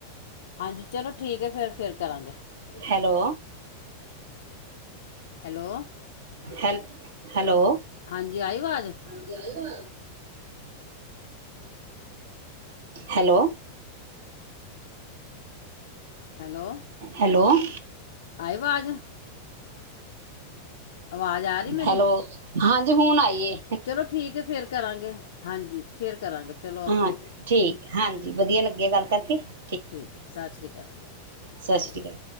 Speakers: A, on the left; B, on the right.
A: ਹਾਂਜੀ ਚਲੋ ਠੀਕ ਹੈ ਫੇਰ ਫਿਰ ਕਰਾਂਗੇ।
B: ਹੈਲੋ।
A: ਹੈਲੋ।
B: ਹੈਲ ਹੈਲੋ
A: ਹਾਂਜੀ ਆਈ ਆਵਾਜ਼
B: ਹਾਂਜੀ ਆਈ ਆਵਾਜ਼। ਹੈਲੋ।
A: Hello
B: hello. <inaudible>
A: ਆਈ ਆਵਾਜ਼। ਆਵਾਜ਼ ਆ ਰਹੀ ਮੇਰੀ।
B: ਹੈਲੋ ਹਾਂਜੀ ਹੁਣ ਆਈ ਏ।
A: ਚਲੋ ਠੀਕ ਹੈ ਫੇਰ ਕਰਾਂਗੇ ਹਾਂਜੀ ਫੇਰ ਕਰਾਂਗੇ।
B: <unintelligible>
A: ਚਲੋ ਓਕੇ
B: <unintelligible>
A: ਠੀਕ ਹੈ ਸਤਿ ਸ਼੍ਰੀ ਅਕਾਲ।
B: ਸਤਿ ਸ਼੍ਰੀ ਅਕਾਲ